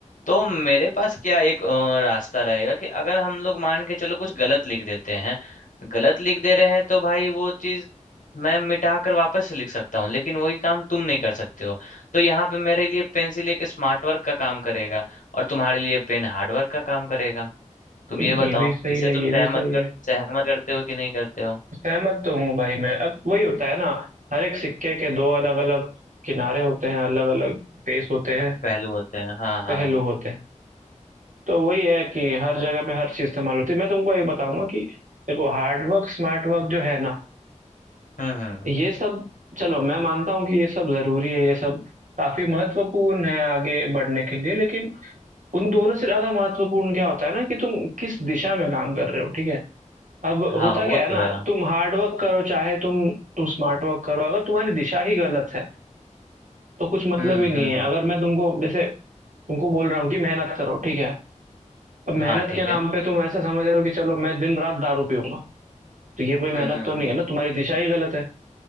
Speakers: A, on the left; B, on the right.
A: तो मेरे पास क्या एक अ, रास्ता रहेगा कि अगर हम लोग मान के चलो कुछ गलत लिख देते हैं गलत लिख दे रहे हैं तो भाई वो चीज मैं मिटा कर वापस से लिख सकता हूँ लेकिन वही काम तुम नहीं कर सकते हो तो यहाँ पे मेरे लिए पेंसिल एक स्मार्ट वर्क का काम करेगा और तुम्हारे लिए पेन हार्ड वर्क का काम करेगा तुम
B: है
A: ये बताओ
B: ये भी सही
A: इसे
B: है
A: तुम
B: ये
A: सहमत
B: भी सही
A: कर
B: है
A: सहमत करते हो कि नहीं करते हो
B: सहमत तो हूँ भाई मैं अब वही होता है ना हर एक सिक्के के दो अलग अलग किनारे होते हैं अलग अलग फेस होते हैं
A: पहलू होते हैं हाँ हाँ
B: पहलू होते हैं तो वही है कि हर जगह पे हर चीज इस्तेमाल होती है मैं तुमको ये बताऊंगा कि देखो हार्ड वर्क स्मार्ट वर्क जो है ना
A: हम्म हम्म
B: ये सब चलो मैं मानता हूँ कि ये सब जरूरी है ये सब काफी महत्वपूर्ण है आगे बढ़ने के लिए लेकिन उन दोनों से ज्यादा महत्वपूर्ण क्या होता है ना कि तुम किस दिशा में काम कर रहे हो ठीक है अब
A: हाँ
B: होता
A: वो
B: क्या
A: तो
B: है ना
A: है
B: तुम हार्ड वर्क करो चाहे तुम तुम स्मार्ट वर्क करो अगर तुम्हारी दिशा ही गलत है तो कुछ मतलब
A: हम्म
B: ही नहीं
A: हम्म
B: है
A: हम्म
B: अगर मैं तुमको जैसे तुमको बोल रहा हूँ कि मेहनत करो ठीक है अब मेहनत
A: हाँ ठीक
B: के नाम
A: है
B: पे तुम ऐसा समझ रहे हो कि चलो मैं दिन रात दारू पीऊंगा तो ये कोई
A: हम्म
B: मेहनत
A: हम्म
B: तो नहीं
A: हम्म
B: है ना तुम्हारी दिशा ही गलत है